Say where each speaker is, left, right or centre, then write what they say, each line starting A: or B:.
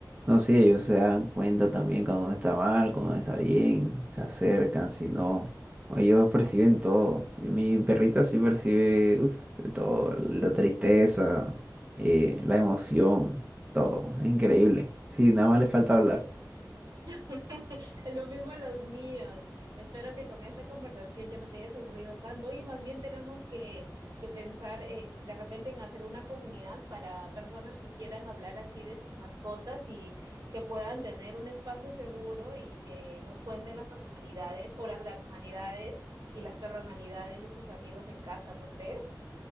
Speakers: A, on the right (about 20°); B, on the right (about 70°).
A: No, sí, ellos se dan cuenta también cuando uno está mal, cuando uno está bien, se acercan, si no, o ellos perciben todo. Y mi perrita sí percibe, uf, de todo, la tristeza, eh, la emoción, todo, es increíble. Sí, nada más le falta hablar.
B: <laughs> Lo mismo a los míos. Espero que con esta conversación ya no te hayas aburrido tanto. Oye, más bien tenemos que, que pensar eh, de repente en hacer una comunidad para personas que quieran hablar así de sus mascotas y que puedan tener un espacio seguro y que nos cuenten las personalidades o las gatonalidades y las personalidades de sus amigos en casa, ¿no crees?